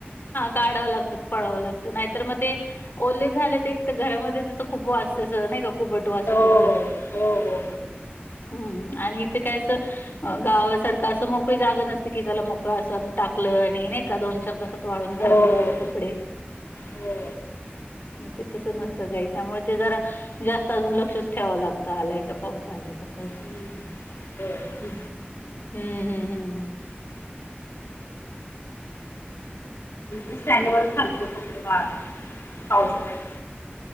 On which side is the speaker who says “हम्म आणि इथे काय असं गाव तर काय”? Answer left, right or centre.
Left